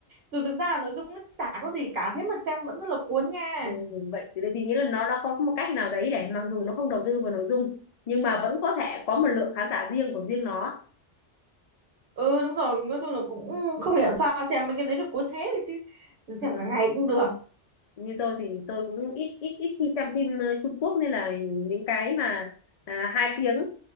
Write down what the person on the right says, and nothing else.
dù thực ra là nội dung nó chả có gì cả thế mà xem vẫn rất là cuốn nha
ừ đúng rồi nói chung là cũng không hiểu sao xem mấy cái đấy được cuốn thế được chứ
xem cả ngày cũng được